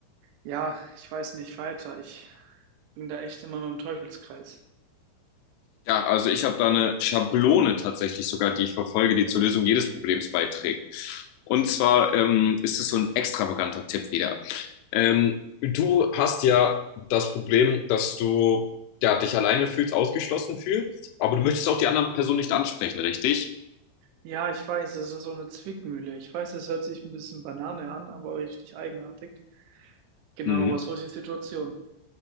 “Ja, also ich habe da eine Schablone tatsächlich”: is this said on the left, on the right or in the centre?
Left